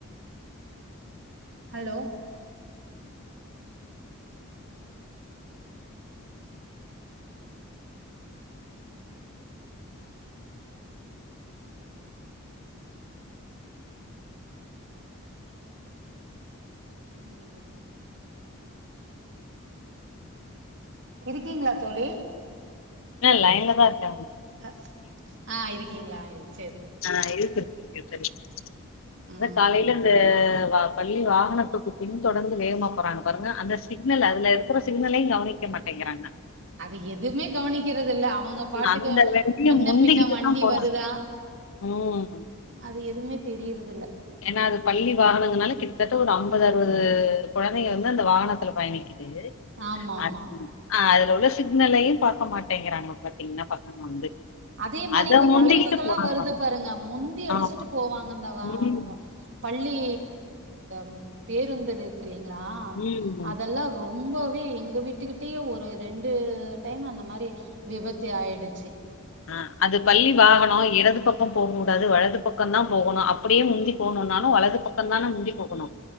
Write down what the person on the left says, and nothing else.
ஆ லைன்லதா இருக்கே
ஆ இருக்கு <unintelligible>
அதா காலையில தே வ பள்ளி வ வாகனத்துக்கு பின் தொடந்து வேகமா போறாங்க பாருங்க அந்த சிக்னல அதுல இருக்கிற சிக்னலைங் கவனிக்கமாட்டேங்கிறாங்க
அந்த வண்டிய
முந்திக்கிட்டுதா
போறாங்க
ம்
ஏன்னா அது பள்ளி வாகனங்கனால கிட்டத்தட்ட ஒரு அம்பது அறுவது கொழந்தைங்க வந்து அந்த வானத்துல பயணிக் இதே
<unintelligible>
அ அதுல உள்ள சிக்னல்லையு பாக்க மாட்டேங்கிறாங்க பாத்தீங்ன்னா பசங்க வந்து
அத
முந்திக்கிட்டு
போறாங்க.
ஆமா.
ம்.
ம்.
ஆ அது பள்ளி வாகனோ இடது பக்கம் போக்கூடாது வலது பக்கம் தா போகணு அப்படியே முந்தி போணுன்னாலு வலது பொக்கந்தான முந்தி போகணு